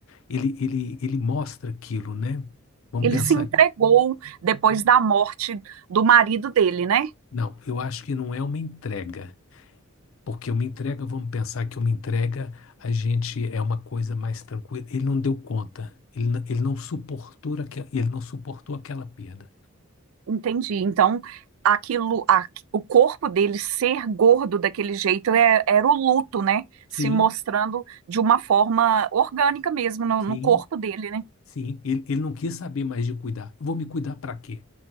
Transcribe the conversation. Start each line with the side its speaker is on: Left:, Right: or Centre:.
Left: ele, ele, ele mostra aquilo, né? Vamos
Right: Ele
Left: pensar,
Right: se entregou depois da morte do marido dele, né?
Left: não, eu acho que não é uma entrega. Porque uma entrega, vamos pensar que uma entrega a gente é uma coisa mais tranquila. Ele não deu conta, ele, n- ele não suportou aquela, ele não suportou aquela perda.
Right: Entendi. Então, aquilo, a- o corpo dele ser gordo daquele jeito é- era o luto, né?
Left: Sim,
Right: Se mostrando de uma forma orgânica mesmo no,
Left: sim,
Right: no corpo dele, né?
Left: sim. Ele, ele não quis saber mais de cuidar. Eu vou me cuidar para quê?